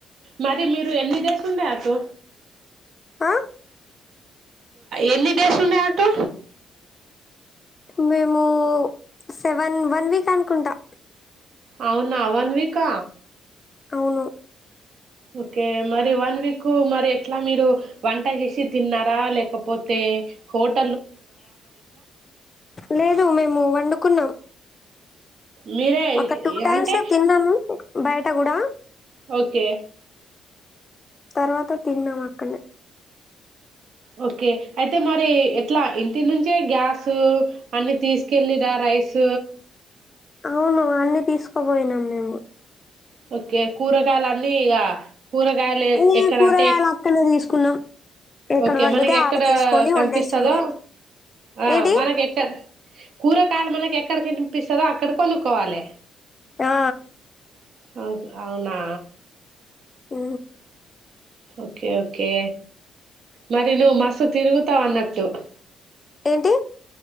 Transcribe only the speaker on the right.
మరి మీరు ఎన్ని డేస్ ఉండే అటు
ఎన్ని డేస్ ఉండే అటు
అవునా వన్ వీక్
ఓకే మరి వన్ వీక్ మరి ఎట్లా మీరు వంట చేసి తిన్నారా లేకపోతే హోట
మీరే
అంటే
ఓకే
ఓకే అయితే మరి ఎట్లా ఇంటి నుంచే గ్యాసు అన్ని తీసుకెళ్ళరా రైస్
ఓకే కూరగాయలన్నీ ఇగ కూరగాయలు
ఎక్కడ
అంటే
ఓకే
మనకి ఎక్కడ
కనిపిస్తుందో
ఆ
మనకు ఎక్క కూరగాయలు మన ఎక్కడ కనిపిస్తదో అక్కడ కొను కోవాలె
హా ఓకే అవునా
ఓకే ఓకే మరి నువ్వు మస్తు తిరుగుతావు అన్నట్టు టు